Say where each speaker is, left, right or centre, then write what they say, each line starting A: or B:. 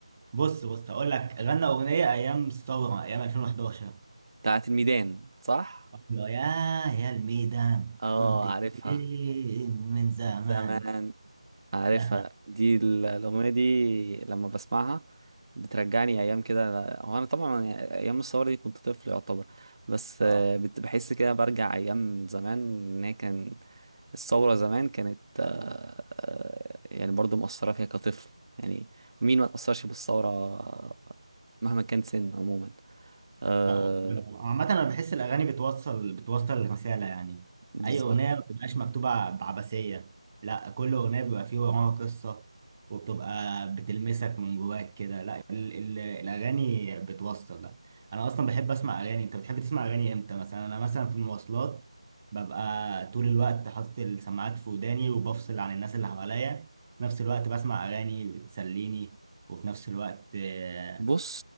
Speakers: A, on the right; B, on the right.
A: بص بص أقول لك غنى أغنية أيام الثورة أيام 2011
B: بتاعت الميدان صح
A: يا يا الميدان
B: اه
A: كنت فين
B: عارفها
A: من زمان
B: من زمان عارفها
A: <laughs>
B: دي ال- الأغنية دي لما بسمعها بترجعني أيام كده هو أنا طبعا يعني أيام الثورة دي كنت طفل يعتبر بس آه،
A: اه
B: بت- بحس كده برجع أيام زمان إن هي كان الثورة زمان كانت آه، آه، يعني برضو مؤثرة فيها كطفل يعني مين ما تأثرش بالثورة آه، مهما كان سن عموما آه
A: لا عامة أنا بحس الأغاني بتوصل بتوصل رسالة يعني
B: بالظبط
A: أي أغنية ما بتبقاش مكتوبة بعبثية لا كل أغنية بيبقى فيه وراها قصة وبتبقى بتلمسك من جواك كده لا ال ال الأغاني بتوصل ده أنا أصلا بحب أسمع أغاني أنت بتحب تسمع أغاني إمتى مثلا أنا مثلا في المواصلات ببقى طول الوقت حاطط السماعات في وداني وبفصل عن الناس اللي حواليا في نفس الوقت بسمع أغاني بتسليني وفي نفس الوقت آه،
B: بص